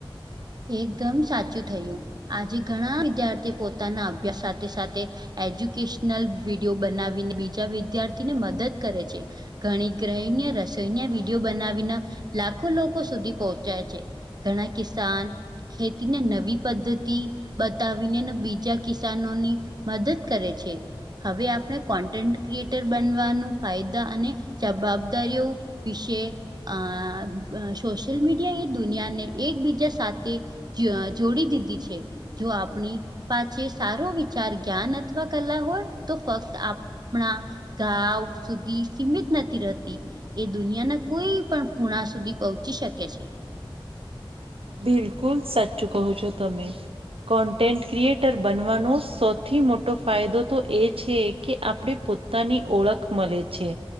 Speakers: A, on the right; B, on the right.
A: એકદમ સાચું થયું આજે ઘણા વિદ્યાર્થી પોતાના અભ્યાસ સાથે સાથે. એજ્યુકેશનલ <unintelligible> બનાવીને બીજા વિદ્યાર્થીને મદદ કરે છે. ઘણી ગ્રહ્ય રસોઈના વિડીયો બનાવીને લાખો લોકો સુધી પહોંચાય છે. ઘણા કિસાન. ખેતીને નવી પદ્ધતિ. બતાવીને ને બીજા કિસાનોની મદદ કરે છે. હવે આપણે કોન્ટેન્ટ ક્રિએટર બનવાનું ફાયદા અને જવાબદારીઓ. વિશે અ સોશિયલ મીડિયા એ દુનિયાને એકબીજા સાથે. તે જોડી દીધી છે. જો આપણી પાસે સારો વિચાર જ્ઞાન અથવા કલા હોય તો ફક્ત. હણા ગાવ સુધી સીમિત નથી રહેતી. એ દુનિયાના કોઈ પણ ખૂણા સુધી પહોંચી શકે છે.
B: બિલકુલ સાચું કો છો તમે. કોન્ટેન્ટ ક્રિએટર બનવાનો સૌથી મોટો ફાયદો તો એ છે, કે આપણે પો <unintelligible> ઓળખ મળે છે.